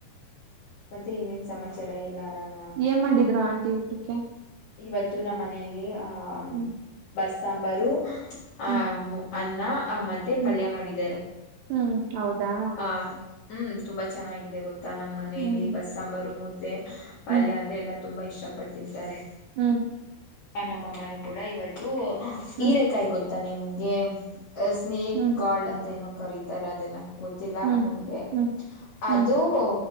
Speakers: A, on the left; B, on the right.
A: ಮತ್ತೆ ಇನ್ನೇನ್ ಸಮಾಚಾರ ಎಲ್ಲ ಆರಾಮ
B: ಏನ್ ಮಾಡಿದ್ರು ಆಂಟಿ ಊಟಕ್ಕೆ
A: ಇವತ್ತು ನಮ್ಮ ಮನೆಯಲ್ಲಿ ಆಹ
B: ಹ್ಮ್
A: ಬಸ್ ಸಾಂಬಾರು ಆ
B: ಹ್ಮ್
A: ಅನ್ನಾ ಆ ಮತ್ತೆ
B: ಹ್ಮ್
A: ಪಲ್ಯ ಮಾಡಿದ್ದಾರೆ
B: ಹ್ಮ್ ಹೌದಾ
A: ಆ ಹ್ಮ್ ತುಂಬಾ ಚೆನ್ನಾಗಿದೆ ಗೊತ್ತ ನಮ್ಮ್ ಮನೆಯಲ್ಲಿ
B: ಹ್ಮ್
A: ಬಸ್ ಸಾಂಬಾರ ಮುದ್ದೆ ಪಲ್ಯ
B: ಹ್ಮ್
A: ಅಂದ್ರೆ ಎಲ್ಲಾ ತುಂಬಾ ಇಷ್ಟಪಟ್ಟ ತಿಂತಾರೆ.
B: ಹ್ಮ್
A: ಆ ನಮ್ಮಅಮ್ಮನುೂ ಕೂಡ ಇವತ್ತು ಹಿರೆೇಕಾಯಿ
B: ಹ್ಮ್
A: ಗೊತ್ತಾ ನಿಮ್ಗೆ ಸ್ನೇಕ್
B: ಹ್ಮ್
A: ಗಾರ್ಡ್ ಅಂತ ಏನೋ ಕರೀತಾರೆ ಅದನ್ನ ಗೊತ್ತಿಲ್ಲ
B: ಹ್ಮ್
A: ನನ್ಗೆ
B: ಹ್ಮ್
A: ಅದುೂ
B: ಹ್ಮ್
A: ಹೊ